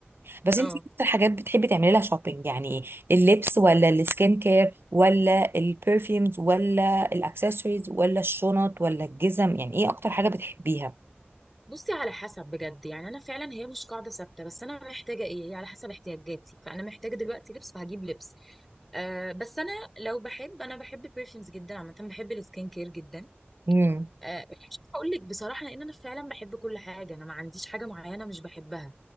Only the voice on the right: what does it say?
بس
انتي إيه اكتر حاجات بتحبي تعملي لها شوبينج يعني اللبس ولا السكين كير ولا البرفيومز ولا الاكسسوارز ولا الشنط ولا الجزم يعني ايه اكتر حاجة بتحبيها
امم